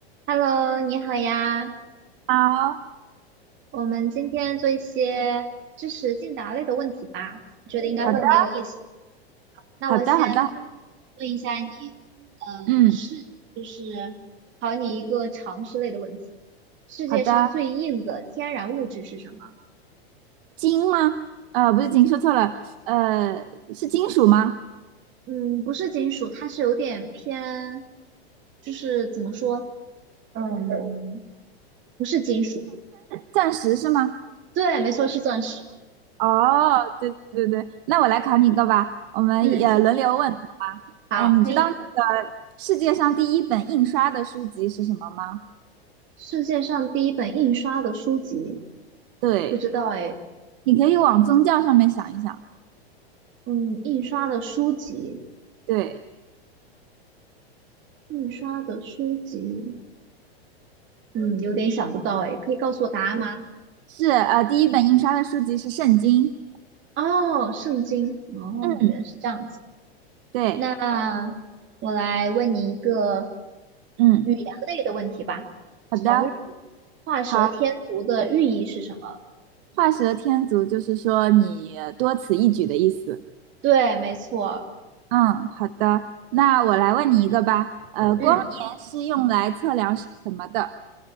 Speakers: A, on the right; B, on the right.
A: Hello，你好呀，
B: 好，
A: 我们今天做一些知识竞答类的问题吧，我觉得应该会很有意思。
B: 好的，
A: 那我先
B: 好的，好的，
A: 问一下你，呃，
B: 嗯，
A: 是就是考你一个常识类的问题，世界上最硬的天然物质是什么？
B: 好的。金吗？呃，不是金，说错了，呃，是金属吗？
A: 嗯，不是金属，它是有点偏，就是怎么说，嗯，不是金属。
B: 钻石是吗？
A: 对，没错，是钻石。
B: 哦，对对对，那我来考你一个吧，我们也轮流问，
A: 嗯，
B: 好吗？
A: 好，
B: 呃，你知道那
A: 可以。
B: 个世界上第一本印刷的书籍是什么吗？
A: 世界上第一本印刷的书籍。
B: 对，
A: 不知道哎，
B: 你可以往宗教上面想一想。
A: 嗯，印刷的书籍，
B: 对，
A: 印刷的书籍，嗯，有点想不到哎，可以告诉我答案吗？
B: 是呃，第一本印刷的书籍是圣经。
A: 哦，圣经，哦，
B: 嗯，
A: 原来是这样子。
B: 对，
A: 那我来问你一个
B: 嗯，
A: 语言类的问题吧。
B: 好的。
A: 成语“画蛇添足”的寓意是什么？
B: 好。画蛇添足就是说你多此一举的意思。
A: 对，没错，
B: 嗯，好的，那我来问你一个吧。呃，
A: 嗯，
B: 光年是用来测量什么的？